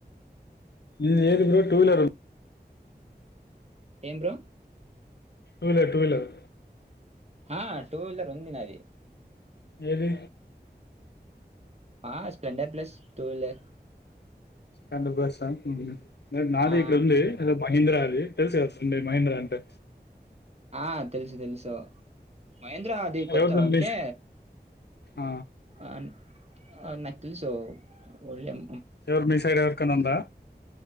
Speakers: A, on the left; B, on the right.
A: ఇ ఏది బ టూ వీలర్
B: ఏం bro
A: two wheeler two wheeler
B: ఆ టూ వీలర్ ఉంది నా అది
A: ఏది
B: ఆహ్ స్ప్లెండర్ ప్లెస్ టూ వీలర్
A: కండ బస్టాండ్ నాదేకుల
B: ఆ
A: అ మహీంద్ర అది తెలుసు కసుండె మహీంద్ర అంటే
B: ఆహ్ తెలుసు తెలుసు మహేంద్ర అది కొత్త
A: ఎవరిది
B: అంతే
A: మీ ఆ
B: ఆన్ ఆహ్ నకిల్ సో ఒళెం
A: ఎవరు మీ సైడ్ ఎవరికన్నుందా